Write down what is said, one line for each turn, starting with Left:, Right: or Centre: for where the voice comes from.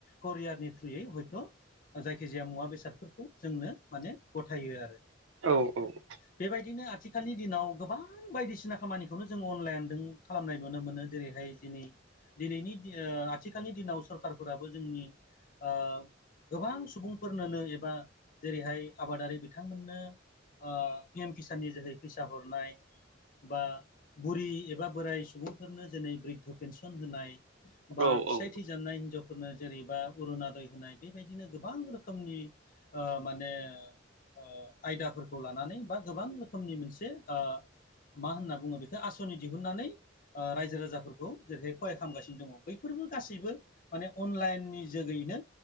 Left: करियारनि थ्रुयै हयथ'। जायखि जाया मुवा बेसादफोरखौ जोंनो माने गथायो आरो
Right: औ
Left: बेबायदिनो आथिखालनि दिनाव गोबां बायदिसिना खामानिखौनो जों अनलाइनदों खालामनाय नुनो मोनो जेरैहाय दिनै दिनैनि ओ दि आथिखालनि दिनाव सरखारफोराबो जोंनि ओ गोबां सुबुंफोरनोनो एबा जेरैहाय आबादारि बिथांमोननो ओ पि एम किसाननि जोहै फैसा हरनाय बा बुरि एबा बोराय सुबुंफोरनो जेरै बृद्ध' पेेनसन होनाय बा
Right: औ
Left: फिसाय
Right: औ
Left: थैजानाय हिनजाव फोरनो जेरैबा अरुनादय होनाय बे बिदिनो गोबां रोखोमनि ओ माने ओ आयदाफोरखौ लानानै बा गोबां रोखोमनि मोनसे ओ मा होनना बुङो बेखौ आसनि दिहुननानै ओ रायजो राजाफोर खौ जेरैहाय खहाय खालामगासिनो दङ बैफोरबो गासैबो माने अनलाइननि जोगैनो